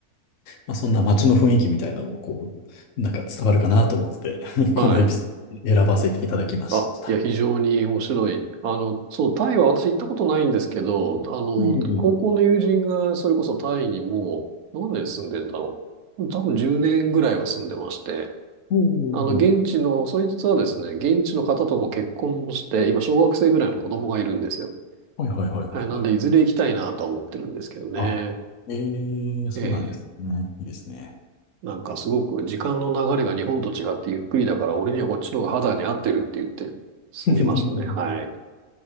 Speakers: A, on the left (about 60°); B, on the right (about 70°).
A: まあ、そんな街の雰囲気みたいなのもこう、なんか伝わるかなと思って、<laughs>
B: はい。
A: このエピソード選ばせていただきました。
B: あ、いや、非常に面白い。あの、そう、タイは私行ったことないんですけど、あの、
A: はい。
B: 高校の友人がそれこそタイにもう何年住んでんだろう。多分10年ぐらいは住んでまして、
A: お
B: あの、現地の、
A: ー
B: そいつはですね、現地の方とも結婚もして、今小学生ぐらいの子供がいるんですよ。
A: はいはいはいはいはい。
B: はい、なんでいずれ行きたいなとは思ってるんですけどね。
A: あ、えー、そうなんですね。
B: ええ、
A: いいですね。
B: なんかすごく時間の流れが日本と違ってゆっくりだから、俺にはこっちの方が肌に合ってるって言って住みましたね。
A: <laughs>
B: はい。